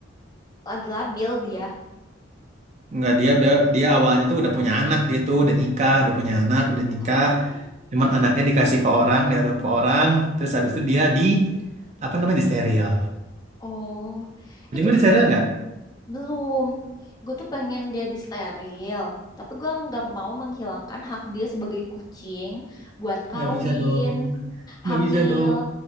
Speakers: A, on the left (about 20°); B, on the right (about 35°).
A: lagi labil dia.
B: Enggak, dia udah dia awalnya tuh udah punya anak, dia tuh udah nikah, udah punya anak, udah nikah.
A: Oh,
B: Cuman anaknya dikasih ke orang, diadop ke orang, terus habis itu dia di apa namanya di steril.
A: oh.
B: Kucing
A: Itu
B: lu di
A: gimana?
B: steril nggak?
A: Belum. Gue tuh pengen dia disteril. Tapi gue nggak mau menghilangkan hak dia sebagai kucing buat kawin,
B: Nggak bisa dong, nggak
A: hamil,
B: bisa dong,